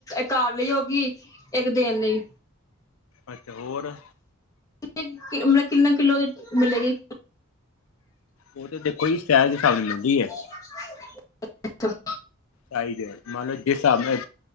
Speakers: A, on the left; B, on the left.
A: ਕਾਰ ਲਈ ਹੋਗੀ, ਇੱਕ ਦੇਨ ਲਈ।
B: ਅੱਛਾ ਹੋਰ
A: ਮਤਲਬ, ਕਿੰਨੇ ਕਿੱਲੋ ਦੀ, ਮਿਲੇਗੀ?
B: ਉਹ ਤੇ ਦੇਖੋ ਜੀ, ਸਾਇਜ ਦੇ ਹਿਸਾਬ ਨਾਲ, ਮਿਲਦੀ ਐ
A: <inaudible> <inaudible> ਅੱਛਾ,
B: ਸਾਈਜ਼, ਮੰਨ ਲਓ ਜਿਸ ਹਿਸਾਬ ਨਲ